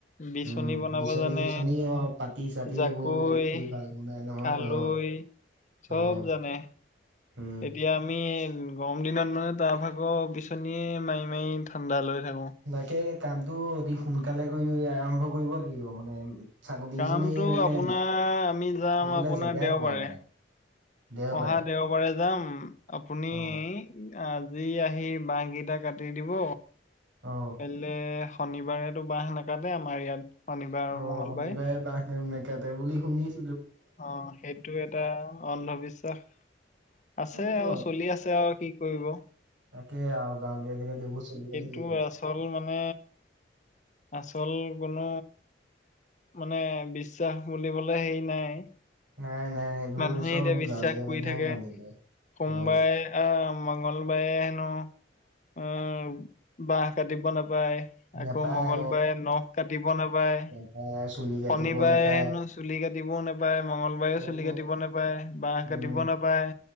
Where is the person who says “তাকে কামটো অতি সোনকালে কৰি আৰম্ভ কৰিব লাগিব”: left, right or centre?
Right